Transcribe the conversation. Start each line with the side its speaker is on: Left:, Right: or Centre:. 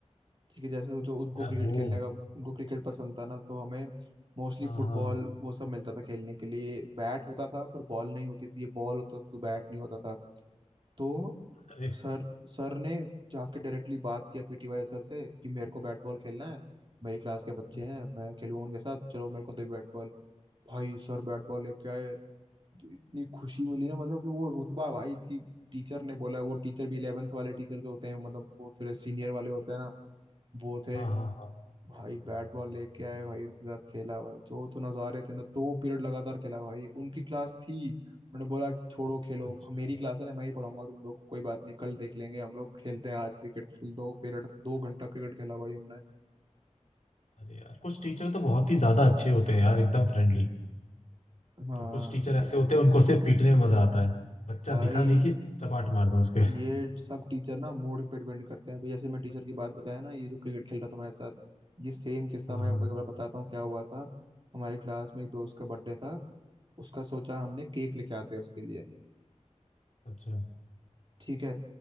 Right: ठीक है जैसे सोचो उनको
Left: यार
Right: क्रिकेट
Left: वो
Right: खेलने का उनको क्रिकेट पसंद था ना तो हमें मोस्टली
Left: हाँ
Right: फुटबॉल
Left: हाँ
Right: वो सब मिलता था खेलने के लिए बैट होता था पर बॉल नहीं होती थी ये बॉल होता था तो बैट नहीं होता था तो
Left: अरे
Right: सर सर ने जाके डायरेक्टली बात किया पीटी वाले सर से कि मेरे को बैट बॉल खेलना है मेरी क्लास के बच्चे
Left: हम्म,
Right: हैं मैं खेलूंगा उनके साथ चलो मेरे को दे बैट बॉल भाई सर बैट बॉल लेके आए जो इतनी खुशी मिली ना मतलब कि वो रुतबा भाई की टीचर ने बोला है, वो टीचर भी इलेवेंथ वाले टीचर जो होते हैं मतलब वो थोड़े सीनियर वाले होते हैं ना वो थे
Left: हाँ हाँ हाँ
Right: भाई बैट बॉल लेके आए भाई उनके साथ खेला भाई जो तो नजारे थे ना दो पीरियड लगातार खेला भाई उनकी क्लास थी उन्होंने बोला छोड़ो खेलो
Left: अच्छा
Right: मेरी क्लास है ना मैं ही पढ़ाऊंगा तुम लोग को कोई बात नहीं कल देख लेंगे हम लोग खेलते हैं आज क्रिकेट फिर दो पीरियड दो घंटा क्रिकेट खेला भाई हमने
Left: अरे यार कुछ टीचर तो बहुत ही ज्यादा अच्छे होते हैं यार एकदम फ्रेंडली
Right: हाँ
Left: और कुछ टीचर ऐसे होते हैं उनको सिर्फ पीटने में मजा आता है बच्चा
Right: भाई
Left: दिखा नहीं कि चपाट मार दो उसके
Right: ये सब टीचर ना मूड पे डिपेंड करते हैं अभी जैसे मैं टीचर की बात बताया ना ये जो क्रिकेट खेल रहा था हमारे साथ ये सेम किस्सा
Left: हाँ
Right: मैं
Left: हाँ
Right: एक बार बताता हूँ क्या हुआ था हमारे क्लास में एक दोस्त का बर्थडे था उसका सोचा हमने केक लेके आते हैं उसके लिए
Left: अच्छा
Right: ठीक है